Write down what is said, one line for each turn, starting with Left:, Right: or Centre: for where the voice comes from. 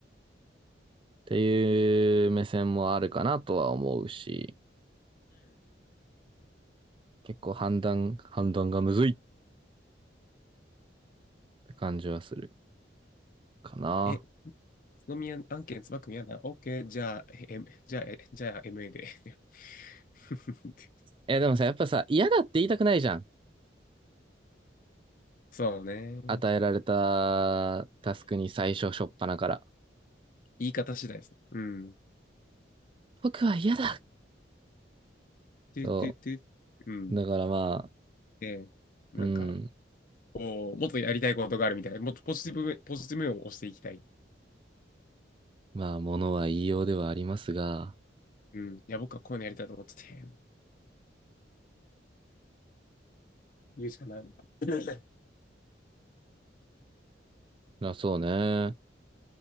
Right: ていう目線もあるかなとは思うし、結構判断、判断がむずいって感じはするかな。
Left: え、津宮案件、つばくん嫌だ。OK、じゃあ、え、じゃあ、えじゃあ MA で。<laughs>
Right: え、でもさ、やっぱさ、嫌だって言いたくないじゃん。
Left: そうね。
Right: 与えられたタスクに最初初っ端から。
Left: 言い方次第です。うん。
Right: 僕は嫌だ。
Left: トゥトゥトゥ。
Right: そ
Left: うん。
Right: う。だからまあ、
Left: で、なんか、
Right: うん。
Left: こうもっとやりたいことがあるみたいな、もっとポジティブ、ポジティブ面を押していきたい。
Right: まあ、ものは言いようではありますが、
Left: うん。いや、僕はこういうのやりたいと思ってて、言うしかない。<laughs>
Right: まあそうね。